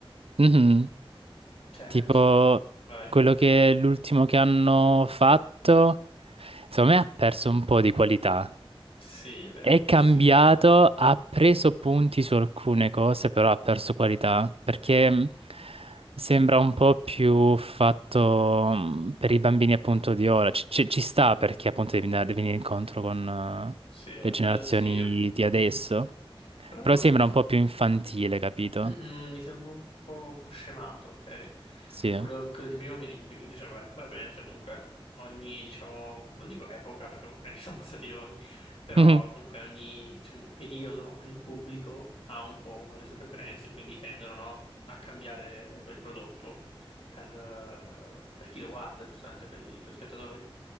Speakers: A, on the right; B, on the left.
A: Mhm. <laughs>
B: Cioè,
A: Tipo
B: tipo, vai,
A: quello che l'ultimo che hanno fatto, secondo me ha perso un po' di qualità.
B: sì, è vero,
A: È
B: un po'
A: cambiato,
B: sì.
A: ha preso punti su alcune cose, però ha perso qualità, perché mh, sembra un po' più fatto mh, per i bambini appunto di ora. Ci, ci- ci sta perché appunto devi andare- devi venire incontro con eh,
B: Sì, eh,
A: le generazioni
B: quello sì, è un-
A: di
B: Mhm.
A: adesso,
B: Però non
A: però sembra
B: lo so.
A: un po' più infantile, capito?
B: Mm-mm, mi sembra un po', un po' scemato, ok? Cioè,
A: Sì.
B: quello, quello di prima mi, mi piaceva, vabbè, poi ovviamente comunque ogni, diciamo, non dico epoca, perché comunque non è che sono passati eoni, però
A: <laughs>
B: comunque ogni, diciamo, periodo, ogni pubblico ha un po' le sue preferenze, quindi tendono, no, a cambiare quel prodotto per, eh, per chi lo guarda, giustamente per i suoi spettatori.